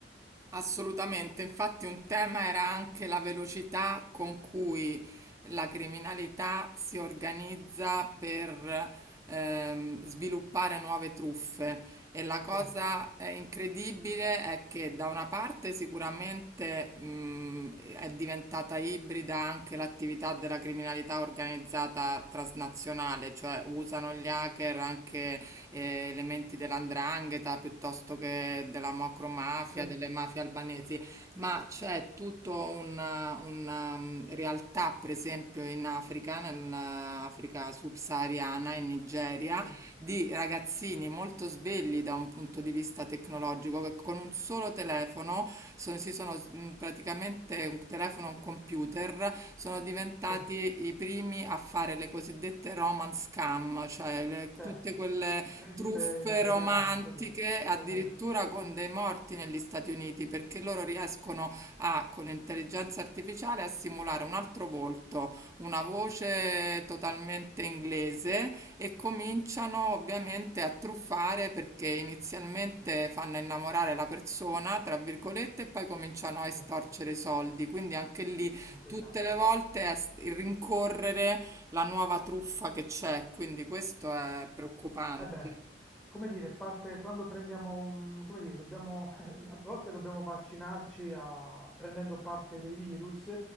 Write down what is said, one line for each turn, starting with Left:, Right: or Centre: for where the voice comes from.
Right: Assolutamente, infatti un tema era anche la velocità con cui la criminalità si organizza per ehm, sviluppare nuove truffe e la cosa
Centre: Sì,
Right: eh, incredibile è che da una parte sicuramente mh, è diventata ibrida anche l'attività della criminalità organizzata transnazionale, cioè usano gli hacker anche eh, elementi dell'andrangheta piuttosto che della macromafia,
Centre: sì,
Right: delle mafie albanesi, ma c'è tutta una, una, mm, realtà, per esempio, in Africa, nell'Africa subsahariana, in Nigeria,
Centre: sì,
Right: di ragazzini molto svegli da un punto di vista tecnologico che con un solo telefono, so- si sono s- mh, praticamente un telefono, un computer, sono diventati
Centre: sì,
Right: i primi a fare le cosiddette romance scam, cioè le-
Centre: certo.
Right: tutte quelle
Centre: Il principe
Right: truffe
Centre: nigeriano,
Right: romantiche,
Centre: cos'è?
Right: addirittura
Centre: Sì. <laughs>
Right: con dei morti negli Stati Uniti, perché loro riescono a, con l'intelligenza artificiale a simulare un altro volto, una voce totalmente inglese e cominciano ovviamente a truffare perché inizialmente fanno innamorare la persona, tra virgolette, e poi cominciano
Centre: Sì,
Right: a estorcere
Centre: sì,
Right: i soldi. Quindi anche lì
Centre: inquietante.
Right: tutte le volte è st- rincorrere la nuova truffa che c'è, quindi questo è preoccupante.
Centre: Eh beh, come dire, parte quando prendiamo, mm, come dire, dobbiamo, <laughs> eh, a volte dobbiamo vaccinarci a- prendendo parte dei virus,